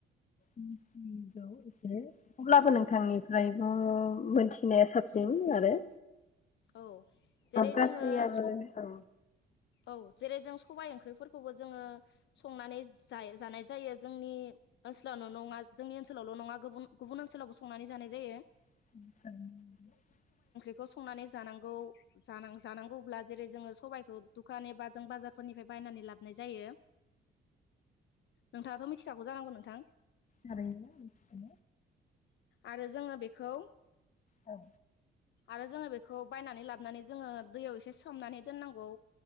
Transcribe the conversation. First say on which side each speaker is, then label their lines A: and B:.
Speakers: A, on the left; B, on the left.
A: मिनथिगौ एसे अब्लाबो नोंथांनिफ्रायबो मोनथिनाया साबसिन आरो।
B: औ जेरै
A: गासैयाबो
B: जोङो सब
A: औ
B: औ जेरै जों स बाय ओंख्रिफोरखौबो जोङो संनानै जाय जानाय जायो जोंनि ओनसोलावल' नङा जोंनि ओनसोलावल' नङा गुबुन गुबुन ओनसोलावबो संनानै जानाय जायो।
A: <inaudible>
B: खौ संनानै जानांगौ जानां जानांगौब्ला जेरै जोङो सबाइखौ दुखान एबा जों बाजारफोरनिफ्राय बायनानै लाबोनाय जायो। नोंथाङाथ' मिथिखागौ जानांगौ नोंथां?
A: आरो औ औ
B: आरो जोङो बेखौ
A: औ
B: आरो जोङो बे खौ बायनानै लाबोनानै जोङो दैयाव एसे सोमनानै दोननांगौ।